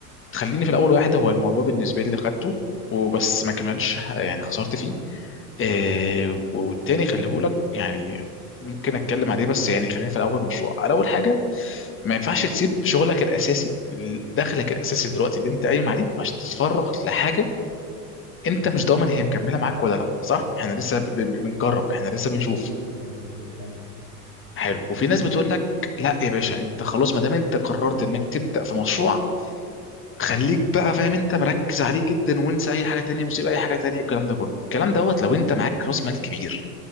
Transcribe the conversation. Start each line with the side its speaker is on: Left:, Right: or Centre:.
Left: خليني في الاول واحد هو الموضوع بالنسبه لي دخلته وبس ما كملش يعني خسرت فيه آه والتاني خليه لك يعني ممكن اتكلم عليه بس يعني خلينا في الاول مشروع الاول حاجه ما ينفعش تسيب شغلك الاساسي دخلك الاساسي دلوقتي اللي انت قايم عليه عشان تتفرغ لحاجه انت مش ضامن هي مكمله معاك ولا لا صح احنا لسه ب- ب- بنجرب احنا لسه بنشوف
Right: مظبوط اه مظبوط فعلا
Left: حلو وفي ناس بتقول لك لا يا باشا انت خلاص ما دام انت قررت انك تبدا في مشروع خليك بقى فاهم انت مركز عليه جدا وانسى اي حاجه تانية وسيب اي حاجه تانية الكلام ده كله الكلام دوت لو انت معاك راس مال كبير